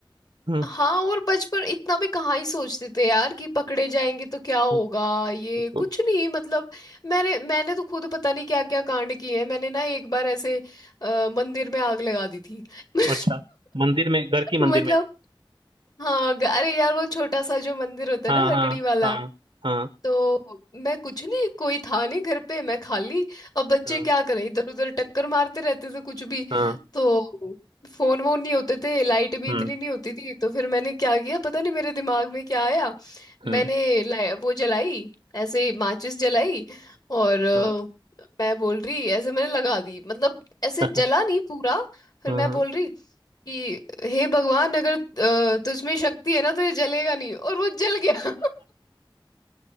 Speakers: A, on the right; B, on the left.
A: हम्म
B: हाँ और बचपन इतना भी कहाँ ही सोचते थे यार कि पकड़े जाएंगे तो क्या होगा
A: हाँ,
B: ये
A: बिल्कुल
B: कुछ नहीं मतलब मैंने मैंने तो खुद पता नहीं क्या क्या कांड किए हैं मैंने ना एक बार ऐसे अ, मंदिर में आग लगा दी थी <laughs>
A: अच्छा मंदिर में घर की मंदिर
B: मतलब
A: में
B: हाँ ग- अरे यार वो छोटा सा जो मंदिर होता
A: हाँ
B: है ना
A: हाँ
B: लकड़ी वाला
A: हाँ हाँ
B: तो मैं कुछ नहीं कोई था नहीं घर पे मैं खाली अब बच्चे
A: हाँ
B: क्या करें इधर उधर टक्कर मारते रहते थे कुछ भी
A: हाँ
B: तो फोन वोन नहीं होते थे लाइट भी
A: हम्म
B: इतनी नहीं होती थी तो फिर मैंने क्या किया पता नहीं मेरे दिमाग में क्या आया मैंने
A: हम्म
B: ला- वो जलाई ऐसे माचिस जलाई और अ,
A: हाँ
B: मैं बोल रही ऐसे मैंने लगा दी मतलब ऐसे
A: <laughs>
B: जला नहीं पूरा फिर
A: हाँ
B: मैं बोल रही कि हे भगवान अगर अ, तुझ में शक्ति है ना तो ये जलेगा नहीं और वो जल गया